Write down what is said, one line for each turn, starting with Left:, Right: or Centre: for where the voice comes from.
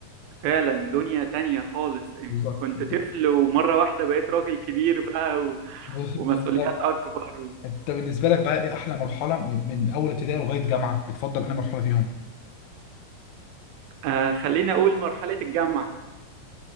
Right: فعلا دنيا تانية خالص
Left: بالظبط
Right: كنت
Left: انت-
Right: طفل ومرة واحدة بقيت راجل كبير بقى و...
Left: بز-
Right: ومسؤوليات
Left: بالظبط
Right: أكبر و...
Left: انت بالنسبه لك بقى ايه احلى مرحله من, من اول ابتدائي لغايه جامعه بتفضل انهي مرحله فيهم
Right: آه خليني أقول مرحلة الجامعة